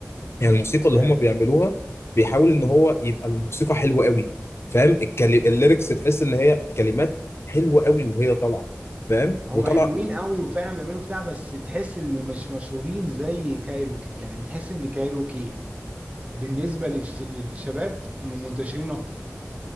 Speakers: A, on the left; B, on the right.
A: يعني الموسيقى اللي
B: فعلا
A: هم بيعملوها بيحاول ان هو يبقى الموسيقى حلوه قوي فاهم الكلي... الليركس تحس ان هي الكلمات حلوه قوي وهي طالعه فاهم
B: هم
A: وطلع
B: حلوين قوي وفعلا بيعملوا بتاع بس تحس ان مش مشهورين زي كايروكي يعني تحس ان كايروكي بالنسبه للش... للشباب منتشرين اكتر